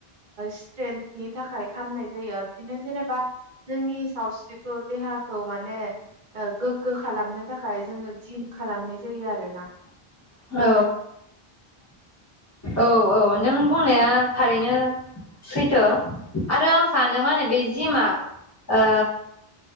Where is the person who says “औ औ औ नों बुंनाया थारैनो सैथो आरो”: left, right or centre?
Left